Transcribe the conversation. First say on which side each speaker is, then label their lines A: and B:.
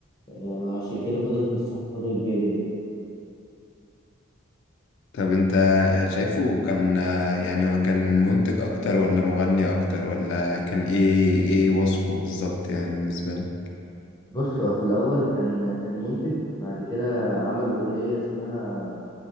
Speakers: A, on the left; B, on the left.
A: آه، وعشان كده فضل في الساحة فترة كبيرة جدا
B: طب انت شايفه كان يعني هو كان منتج اكتر ولا مغني اكتر ولا كان ايه ايه وصفه بالظبط يعني بالنسبة لك
A: بص هو في الأول كان كان منتج بعد كده عمل أغنية اسمها